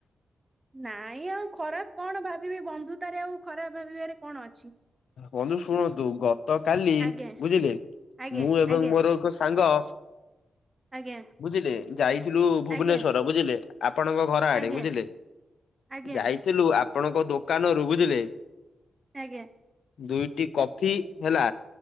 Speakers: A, on the right; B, on the left.
A: ନାଇଁ ଆଉ ଖରାପ କଣ ଭାବିବି ବନ୍ଧୁତାରେ ଆଉ ଖରାପ ଭାବିବାରେ କଣ ଅଛି।
B: ବନ୍ଧୁ ଶୁଣନ୍ତୁ ଗ ତ କାଲି
A: ଆଜ୍ଞା
B: ବୁଝିଲେ,
A: ଆଜ୍ଞା
B: ମୁ ଏବଂ
A: ଆଜ୍ଞା
B: ମୋର କ ସାଙ୍ଗ
A: ଆଜ୍ଞା
B: ବୁଝିଲେ ଯାଇଥିଲୁ ଭୁବନେଶ୍ଵର
A: ଆଜ୍ଞା ଆଜ୍ଞା।
B: ବୁଝିଲେ ଆପଣଙ୍କ ଘର ଆଡ଼େ
A: ଆଜ୍ଞା
B: ବୁଝିଲେ,
A: ଆଜ୍ଞା
B: ଯାଇଥିଲୁ ଆପଣଙ୍କ ଦୋକାନରୁ ବୁଝିଲେ
A: ଆଜ୍ଞା
B: ଦୁଇଟି କଫି ହେଲା